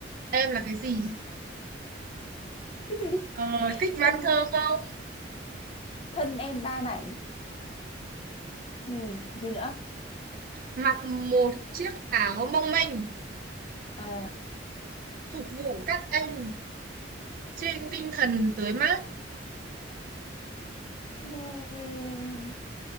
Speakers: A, on the right; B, on the left.
A: em là cái gì
B: Cái gì?
A: ờ, thích
B: Thân,
A: văn thơ không
B: thân em ba mảnh. Ừ, gì nữa?
A: mặc một chiếc áo mong manh
B: Ờ,
A: phục vụ các anh trên tinh thần tới mát
B: nghe